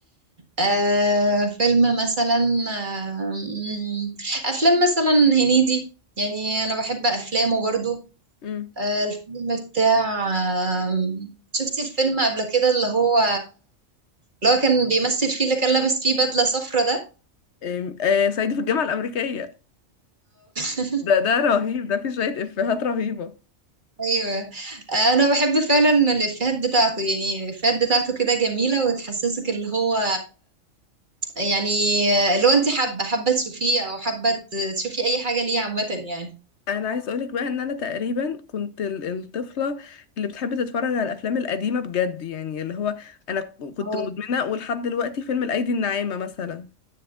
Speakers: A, on the right (about 40°); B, on the left (about 65°).
A: آه فيلم مثلا آه مم، افلام مثلا هنيدي يعني انا بحب افلامه برضو
B: <laughs> امم
A: آه الفيلم بتاع آه شفتي الفيلم قبل كده اللي هو اللي هو كان بيمثل فيه اللي كان لابس فيه بدله صفرا
B: أم- آه صعيدي في الجامعة الأمريكية
A: ده
B: ده ده رهيب ده فيه شوية إفيهات رهيبة
A: ايوه انا بحب فعلا الافيهات بتاعته يعني الافيهات بتاعته كده جميله وتحسسك اللي هو يعني اللي هو انت حابه حابه تشوفيه او حابه تشوفي اي حاجه ليه عامه يعني
B: أنا عايز أقولك بقى إن أنا تقريبا كنت ال- الطفلة اللي بتحب تتفرج على الأفلام القديمة بجد يعني اللي هو أنا ك- كنت
A: اه
B: مدمنة ولحد دلوقتي فيلم الأيدي الناعمة مثلا